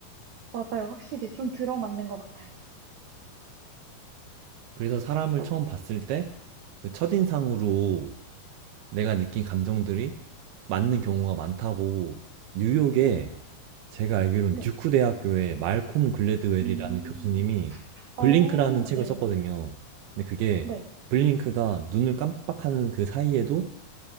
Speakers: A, on the right (about 60°); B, on the right (about 80°).
A: 맞아요. 확실히 좀 들어맞는 것 같아요.
B: 그래서 사람을 처음 봤을 때 그 첫인상으로 내가 느낀 감정들이 맞는 경우가 많다고 뉴욕에 제가 알기로는
A: 네.
B: 듀크 대학교의 말콤 글래드웰이라는
A: 음,
B: 교수님이 블링크라는
A: 어,
B: 책을
A: 네네.
B: 썼거든요. 근데 그게
A: 네,
B: 블링크가 눈을 깜빡하는 그 사이에도